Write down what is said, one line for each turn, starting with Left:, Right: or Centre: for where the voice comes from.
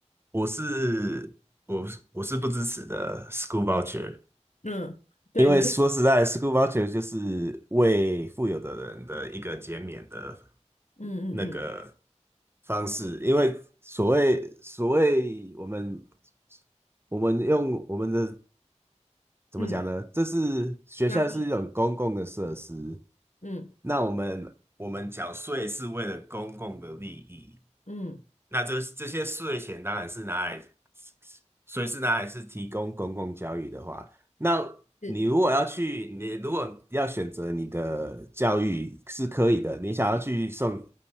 Right: 我是我是我是不支持的 school voucher，
Left: 嗯，对，
Right: 因为说实在，school
Left: 你可以，
Right: voucher 就是为富有的人的一个减免的
Left: 嗯嗯嗯
Right: 那个，方式，因为所谓所谓我们我们用我们的怎么讲呢？
Left: 嗯，
Right: 这是学校是一种公共的设施，
Left: 那嗯
Right: 那我们我们缴税是为了公共的利益，
Left: 嗯，
Right: 那这这些税钱当然是拿来所以是拿来是提供公共教育的话，那你如果要去，
Left: 是，
Right: 你如果要选择你的教育是可以的，你想要去送